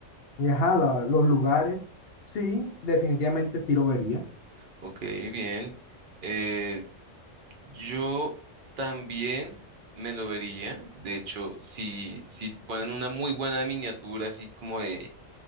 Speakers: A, on the left; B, on the right.
A: y ajá, la- los lugares. Sí, definitivamente sí lo vería.
B: Ok, bien. Eh, yo también me lo vería, de hecho, si, si ponen una muy buena miniatura, así como de